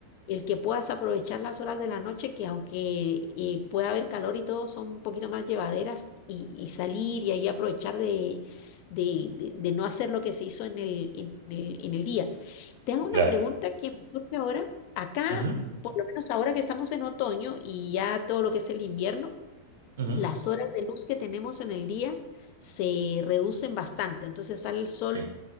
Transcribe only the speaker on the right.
Claro.
Ujú,
ujú,
Sí.